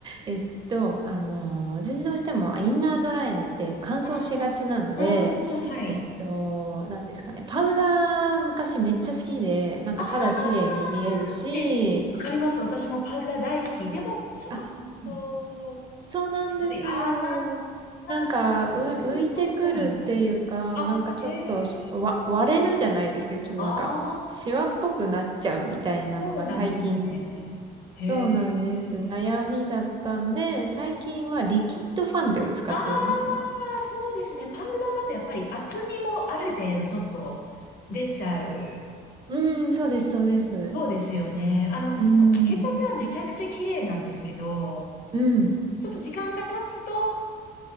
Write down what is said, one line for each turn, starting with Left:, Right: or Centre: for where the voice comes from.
Right: えっと、あの、私どうしてもインナードライで乾燥しがちなんで、
Left: あーあー、はい。
Right: えっと、なんですかね、パウダー昔めっちゃ好きで、なんか肌綺麗に見えるし、
Left: ああ、え、わかります。私もパウダー大好き。でも、ちょっと乾燥
Right: あうんそうなんですよ。
Left: しやすい。ああ、
Right: なんか、
Left: 確かに、
Right: う、浮いてくるっていうか、
Left: 確かに。あ、
Right: なんかちょっとし、
Left: へえ。
Right: わ、割れるじゃないですけど、ちょっとなんか、
Left: ああ、
Right: シワっぽくなっちゃうみたいなのが最近、
Left: そうなんですね。へえ。
Right: そうなんです。悩みだったんで、最近はリキッドファンデを使ってるんですよ。
Left: あーあー、そうですね。パウダーだとやっぱり厚みもある程度ちょっと出ちゃう。
Right: うん、そうです、そうです。
Left: そうですよね。あの、
Right: うん、
Left: もうつけたてはめちゃくちゃ綺麗なんですけど、
Right: うん、
Left: ちょっと時間が経つと